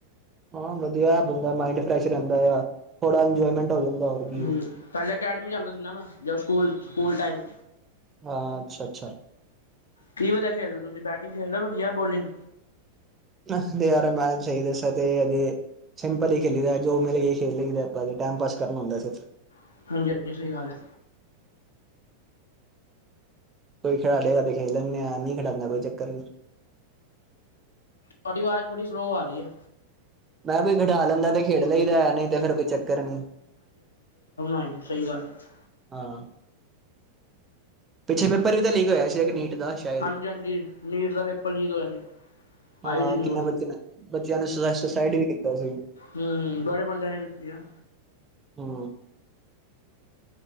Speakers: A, on the right (about 20°); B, on the left (about 70°).
A: ਹਾਂ, ਵਧੀਆ ਬੰਦਾ ਮਾਈੰਡ ਫਰੈਸ਼ ਰਹਿੰਦਾ ਆ, ਥੋੜਾ ਇੰਜੋਏਮੈਂਟ ਹੋ ਜਾਂਦਾ ਹੋਰ ਕੀ
B: ਹੂੰ, ਪਹਿਲੇ ਅਕੈਡਮੀ ਜਾਂਦਾ ਸੀ ਨਾ ਮੈਂ, ਜਦੋਂ ਸਕੂਲ ਸਕੂਲ ਟਾਈਮ।
A: ਹਾਂ, ਅੱਛਾ-ਅੱਛਾ।
B: ਕੀ, ਵਧੀਆ ਖੇਡਦੇ ਤੁਸੀਂ, ਬੈਟਿੰਗ ਖੇਡਦੇ ਵਧੀਆ, ਬੋਲਿੰਗ?
A: ਤੇ, ਯਾਰ ਮੈਂ, ਸਹੀ ਦੱਸਾਂ ਤੇ ਅਜੇ, ਸਿੰਪਲ ਹੀ ਖੇਲੀ ਦਾ ਜੋ ਮਿਲ ਕੇ ਖੇਲ ਲਈ ਦਾ। ਨਾਲੇ ਟਾਈਮ ਪਾਸ ਕਰਨਾ ਹੁੰਦਾ ਅਸੀਂ, ਉਥੇ।
B: ਹਾਂਜੀ ਹਾਂਜੀ ਸਹੀ ਗੱਲ ਹੈ
A: ਕੋਈ ਖਿਡਾ, ਲੇਗਾ ਤੇ ਖੇਲ ਲੈਣੇ ਆ, ਨਹੀਂ ਖਿਡਾਣਦਾ, ਕੋਈ ਚੱਕਰ ਨਹੀਂ।
B: ਤੁਹਾਡੀ, ਆਵਾਜ਼ ਬੜੀ ਸਲੋਅ ਆ ਰਹੀ ਆ।
A: ਮੈਂ, ਕਿਹਾ ਕੋਈ ਖਿਡਾ ਲੈਂਦਾ ਤੇ, ਖੇਡ ਲਈਦਾ ਨਹੀਂ ਤੇ, ਫੇਰ ਕੋਈ ਚੱਕਰ ਨੀ।
B: ਹਾਂ, ਸਹੀ ਗੱਲ ਹੈ।
A: ਹਾਂ ਪਿੱਛੇ ਪੇਪਰ ਵੀ ਤਾਂ ਲੀਕ ਹੋਇਆ ਸੀ। ਇੱਕ ਨੀਟ ਦਾ ਸ਼ਾਇਦ
B: ਹਾਂਜੀ- ਹਾਂਜੀ, ਨੀਟ ਦਾ ਪੇਪਰ ਲੀਕ ਹੋਇਆ ਸੀ।
A: ਹਾਂ,
B: ਆਈ ਸੀ ਨਿਊਜ਼
A: ਕਿੰਨਾ ਬੱਚਿਆਂ ਨੇ, ਬੱਚਿਆਂ ਨੇ ਸੁਸਾਈਡ ਵੀ ਕੀਤਾ ਸੀ।
B: ਹੂੰ- ਹੂੰ, ਬੜੇ ਬੰਦਿਆਂ ਨੇ ਦਿੱਤੀਆਂ।
A: ਹੂੰ।